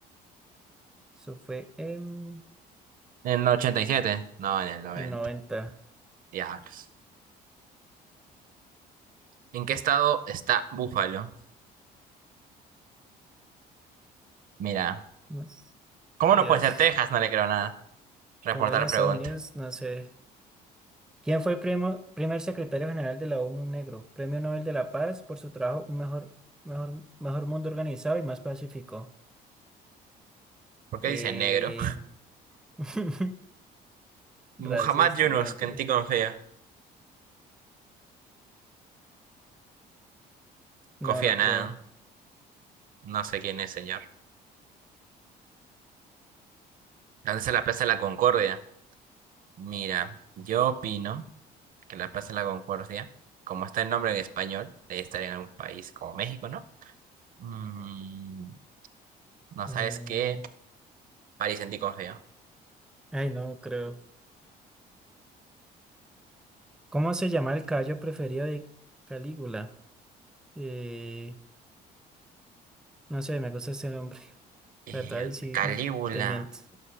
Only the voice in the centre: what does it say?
Eso fue en
el 90.
No s-
Dios.
Como viene Estados
Unidos, no sé. ¿Quién fue el primo- primer secretario general de la ONU Negro? Premio Nobel de la Paz por su trabajo Un mejor, mejor, mejor mundo organizado y más pacífico.
Eh...
<laughs> Racista,
no me interesa.
No
lo
creo.
Eh,
Ay, no lo creo. ¿Cómo se llama el caballo preferido de Calígula? Eh, No sé, me gusta ese nombre,
¿verdad? Y sí,
no te mientes.